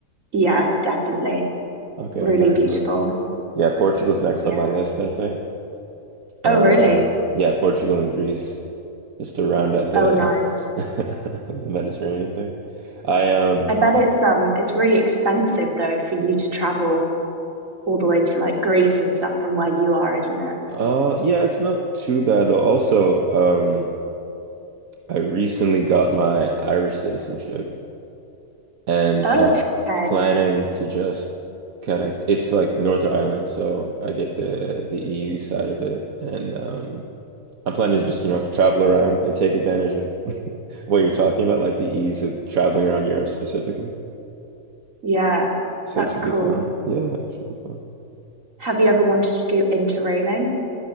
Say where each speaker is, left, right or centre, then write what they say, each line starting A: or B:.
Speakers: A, on the right; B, on the right.
A: Yeah, definitely.
B: Okay,
A: Really
B: nice
A: beautiful.
B: one. Yeah, Portugal's next
A: Yeah.
B: on my list, I think. Um,
A: Oh, really?
B: yeah, Portugal and Greece, just to round out the
A: Oh, nice.
B: <laughs> the Mediterranean thing. I um
A: I bet it's um it's really expensive though for you to travel all the way to like Greece and stuff from where you are, isn't it?
B: uh yeah, it's not too bad though. Also, um I recently got my Irish citizenship and
A: Oh,
B: so I'm
A: okay.
B: planning to just kind of it's like Northern Ireland, so I get the the EU side of it and um I'm planning to just, you know, travel around and take advantage of <laughs> what you're talking about, like the ease of traveling around Europe specifically.
A: Yeah,
B: So
A: that's
B: it should
A: cool.
B: be fun. Yeah, it should be fun.
A: Have you ever wanted to do interrailing?